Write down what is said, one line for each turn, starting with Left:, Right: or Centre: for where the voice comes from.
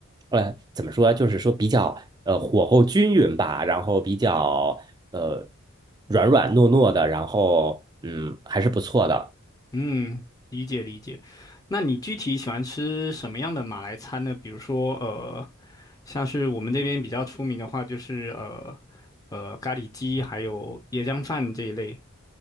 Right: 呃，怎么说啊，就是说比较呃火候均匀吧，然后比较呃软软糯糯的，然后嗯还是不错的。
Left: 嗯，理解理解。那你具体喜欢吃什么样的马来餐呢？比如说，呃，像是我们这边比较出名的话，就是呃呃咖喱鸡，还有椰浆饭这一类。